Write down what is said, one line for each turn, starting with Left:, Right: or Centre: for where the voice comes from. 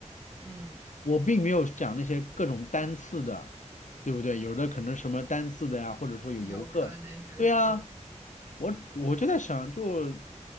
Right: 嗯，
Left: 我并没有讲那些各种单次的，对不对？有的可能什么单次的呀，或者说有游客。
Right: 游客那些是吧？
Left: 对啊，我我就在想，就